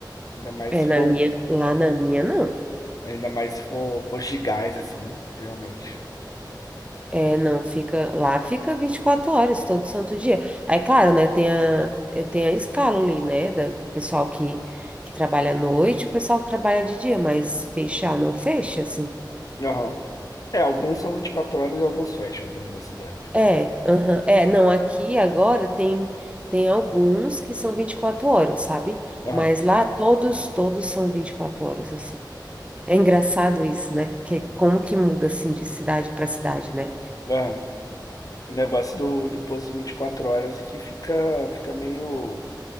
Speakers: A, on the left; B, on the right.
A: Ainda mais
B: é
A: se
B: na
A: for,
B: minha, lá na minha, não.
A: ainda mais se for posto de gás, assim, geralmente.
B: É, não, fica lá, fica 24 horas todo santo dia. Aí, claro, né, tem a, eh, tem a escala ali, né, da do pessoal que, que trabalha à noite, o pessoal que trabalha de dia, mas fechar não fecha, assim.
A: Aham. É, alguns são 24 horas e alguns fecham aqui na minha cidade.
B: É, aham, é, não, aqui agora tem tem alguns que são 24 horas, sabe?
A: Aham,
B: Mas lá todos, todos são 24 horas, assim. É engraçado isso, né? Que é como que muda assim de cidade para cidade, né?
A: aham. O negócio do, do posto 24 horas que fica, fica meio.